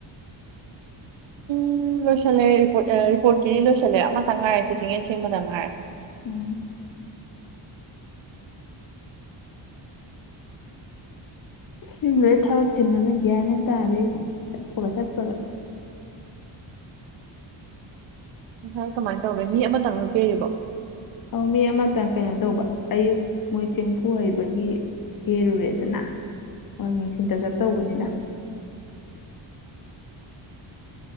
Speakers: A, on the left (about 45°); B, on the right (about 65°).
A: <inaudible>
B: ꯎꯝ ꯂꯣꯏꯁꯤꯜꯂꯦ ꯔꯤꯄꯣꯔꯠ ꯔꯤꯄꯣꯔꯠꯀꯤꯗꯤ ꯂꯣꯏꯁꯤꯜꯂꯦ ꯑꯃꯇꯪ ꯉꯥꯏꯔꯦ ꯇꯤꯆꯤꯡꯡꯂꯦꯟ ꯁꯦꯝꯕꯗ ꯉꯥꯏꯔꯦ
A: ꯎꯝ ꯌꯨꯝ ꯂꯣꯏ ꯊꯕꯛ ꯆꯤꯟꯕꯅ ꯒ꯭ꯌꯥꯅꯦꯅ ꯇꯥꯔꯦ ꯆꯠꯄꯒ ꯆꯠꯄꯒ
B: ꯉꯁꯥꯏ ꯀꯃꯥꯏꯅ ꯇꯧꯒꯦ ꯃꯤ ꯑꯃꯇꯪꯅ ꯄꯤꯔꯤꯕꯣ
A: ꯑꯧ ꯃꯤ ꯑꯃꯇꯪ ꯀꯩꯅꯣ ꯇꯧꯕ ꯑꯌꯨꯛ ꯃꯣꯏ ꯆꯦꯡꯐꯨ ꯍꯩꯕꯒꯤ ꯀꯦꯔꯨꯔꯦꯗꯅ ꯍꯣꯏ ꯅꯨꯡꯊꯤꯟꯇ
B: ꯎꯝ
A: ꯆꯞ ꯇꯧꯕꯅꯤꯗ